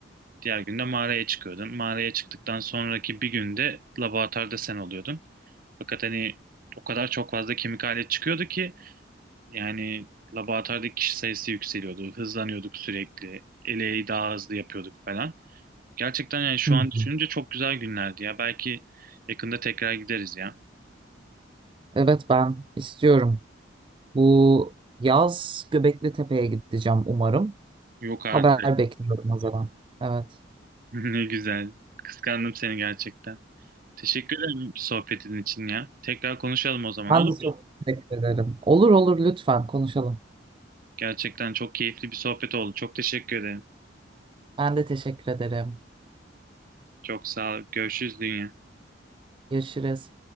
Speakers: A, on the right (about 45°); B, on the right (about 25°).
A: Diğer günde mağaraya çıkıyordun. Mağaraya çıktıktan sonraki bir günde laboratuvarda sen oluyordun. Fakat hani o kadar çok fazla kemik alet çıkıyordu ki yani laboratuvardaki kişi sayısı yükseliyordu. Hızlanıyorduk sürekli. Eleği daha hızlı yapıyorduk falan. Gerçekten yani şu
B: Hı hı.
A: an düşününce çok güzel günlerdi ya. Belki yakında tekrar gideriz ya.
B: Evet, ben istiyorum. Bu yaz Göbekli Tepe'ye gideceğim umarım.
A: Yok artık.
B: Haber
A: <laughs>
B: bekliyorum o zaman. Evet.
A: Ne güzel. Kıskandım seni gerçekten. Teşekkür ederim sohbetin için ya. Tekrar konuşalım o zaman
B: Ben
A: olur
B: de
A: mu?
B: çok teşekkür ederim. Olur olur lütfen konuşalım.
A: Gerçekten çok keyifli bir sohbet oldu. Çok teşekkür ederim.
B: Ben de teşekkür ederim.
A: Çok sağ ol. Görüşürüz dünya.
B: Görüşürüz.